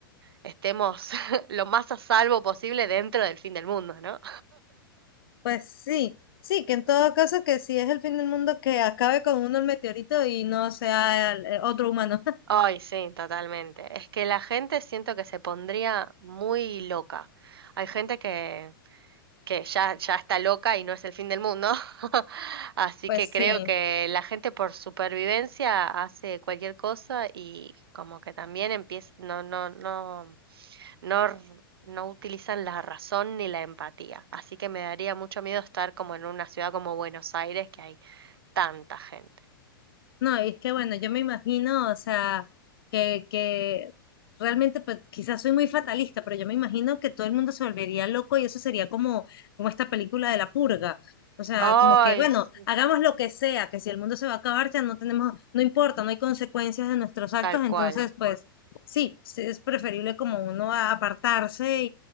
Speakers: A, on the right; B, on the left.
A: estemos <laughs> lo más a salvo posible dentro del fin del mundo, ¿no?
B: Pues sí, sí, que en todo caso que si es el fin del mundo, que acabe con uno el meteorito y no sea el- eh, otro humano. <laughs>
A: Ay, sí, totalmente. Es que la gente siento que se pondría muy loca. Hay gente que, que ya, ya está loca y no es el fin del mundo. <laughs> Así
B: Pues
A: que creo
B: sí.
A: que la gente por supervivencia hace cualquier cosa y como que también empieza, no, no, no, no, r- no utilizan la razón ni la empatía. Así que me daría mucho miedo estar como en una ciudad como Buenos Aires, que hay tanta gente.
B: No, y es que bueno, yo me imagino, o sea, que, que realmente pues, quizás soy muy fatalista, pero yo me imagino que todo el mundo se volvería loco y eso sería como, como esta película de la purga. O sea,
A: Ay,
B: como que, bueno,
A: sí,
B: hagamos lo que sea, que si el mundo se va a acabar, ya no tenemos, no importa, no hay consecuencias de nuestros actos,
A: tal cual.
B: entonces pues sí, sí, es preferible como uno a- apartarse